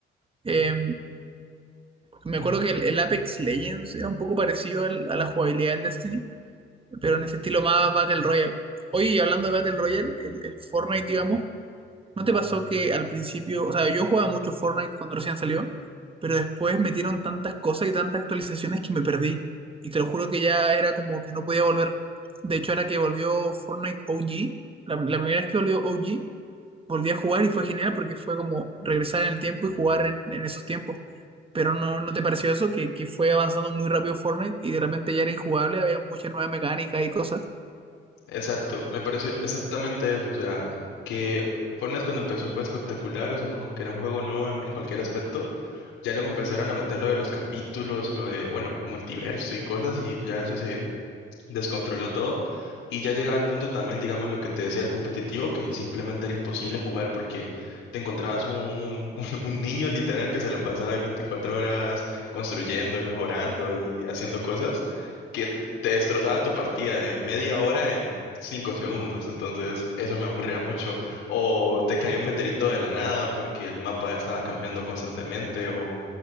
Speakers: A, on the right; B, on the left.
A: Eh, me acuerdo que el, el Apex Legends era un poco parecido al- a la jugabilidad del Destiny, pero en ese estilo más Battle Royale. Oye, y hablando de Battle Royale, el, el Fortnite, digamos, ¿No te pasó que al principio, o sea, yo jugaba mucho Fortnite cuando recién salió, pero después metieron tantas cosas y tantas actualizaciones que me perdí? Y te lo juro que ya era como que no podía volver. De hecho, ahora que volvió Fortnite OG, la, la primera vez que volvió OG, volví a jugar y fue genial porque fue como regresar en el tiempo y jugar en, en esos tiempos. Pero no, ¿no te pareció eso? Que, que fue avanzando muy rápido Fortnite y de repente ya era injugable, había muchas nuevas mecánicas y cosas.
B: Exacto, me pareció exactamente eso, o sea, que Fortnite cuando empezó fue espectacular, o sea, como que era un juego nuevo en, en cualquier aspecto. Ya luego empezaron a meter lo de los capítulos, lo de, bueno, multiverso y cosas, y ya eso se descontroló todo y ya llegaba al punto también, digamos, lo que te decía el competitivo, que simplemente era imposible jugar porque te encontrabas un, <laughs> un, un niño literal que se la pasaba ahí 24 horas construyendo y mejorando y haciendo cosas que t- te destrozaba tu partida de media hora en... cinco segundos, entonces eso me aburría mucho. O te cayó un meteorito de la nada porque el mapa ya estaba cambiando constantemente, o,